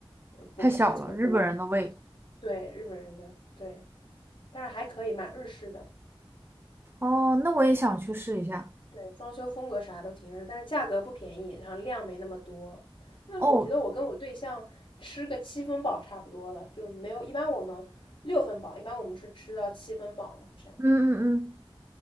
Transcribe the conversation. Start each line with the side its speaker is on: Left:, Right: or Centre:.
Left: 呃不不怎么多。
Right: 太小了，日本人的胃。
Left: 对，日本人的，对，但是还可以，蛮日式的。
Right: 哦，那我也想去试一下。
Left: 对，装修风格啥都挺日式，但是价格不便宜，然后量没那么多。那我觉得我跟我对象吃个七分饱差不多了，
Right: 哦，
Left: 就没有，一般我们六分饱，一般我们是吃到七分饱嘛，这样子。
Right: 嗯嗯嗯，